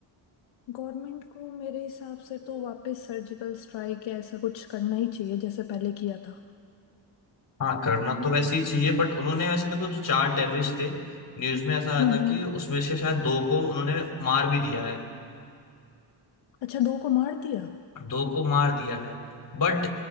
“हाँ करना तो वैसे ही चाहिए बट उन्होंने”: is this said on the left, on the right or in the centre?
Left